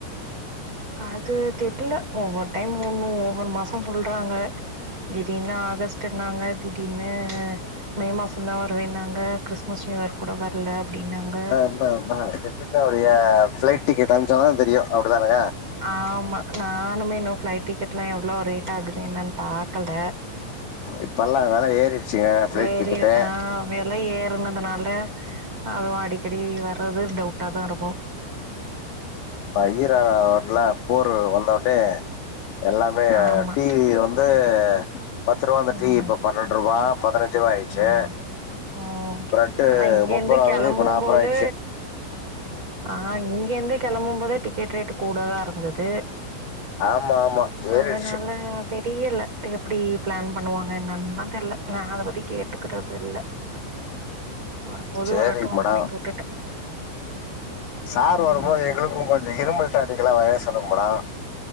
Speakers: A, on the right; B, on the left.
A: அது தெர்ல ஒவ்வொரு டைம் ஒண்ணு ஒவ்வொரு மாச சொல்றாங்க திடீர்னு ஆகஸ்ட்ன்னாங்க திடீர்னு மே மாசம் தா வருவேன்னாங்க கிர் முஸ்லீம்வர் கூட வரல அப்டின்னாங்க
B: <unintelligible> என்ன அவருடைய ஃப்ளைட் டிக்கெட் அனுச்சா தா தெரியு அப்டிதானே
A: ஆமா நானுமே இன்னு ஃப்ளைட்டிக்கெட்லா எவ்ளோ ரேட் ரேட் ஆகுது என்னன்னு பாக்கல
B: இப்பல்லா வெல ஏறிடுச்சுங்க ஃபிளைட்
A: வேற
B: டிக்கெட்டு
A: ஆ வெல ஏறனதுனால அதுவு அடிக்கடி வர்றது டவுட்டா தா இருக்கு
B: <unintelligible> போர் வந்தோனே எல்லாமே
A: ஆமா
B: டி வி லா வந்து வந்து பத்து ரூவா இருந்து
A: ம்
B: டீ இப்ப பன்னெண்டு ரூபா பதினஞ்சு ரூபா ஆயிடுச்சு
A: ம் ம்
B: பிரெட்டு
A: அதா இங்க
B: முப்பது
A: இருந்து
B: ருபாஇருந்தது
A: கெளம்பும்
B: இப்ப நாப்பது
A: போது
B: ரூபா ஆய்டுச்சு
A: ஆ இங்க இருந்து கிளம்பு போதே டிக்கெட் ரேட் கூடதாருந்தது
B: ஆமா ஆமா
A: அதனால
B: ஏறிடுச்சு
A: தெரியல எப்டி பிளான் பண்ணுவாங்க என்னன்னுதா தெரில நா அத பத்தி கேட்டுக்கிறது இல்ல வருபோது
B: சேரி
A: வரட்டு அப்டின்னு
B: மேடம்
A: உட்டுட்டே
B: சார்
A: ம்
B: வருபோது எங்களுக்கு கொஞ்சோ இரும்பல் டாணிக்கல்லா வாங்கி சொல்லும்படா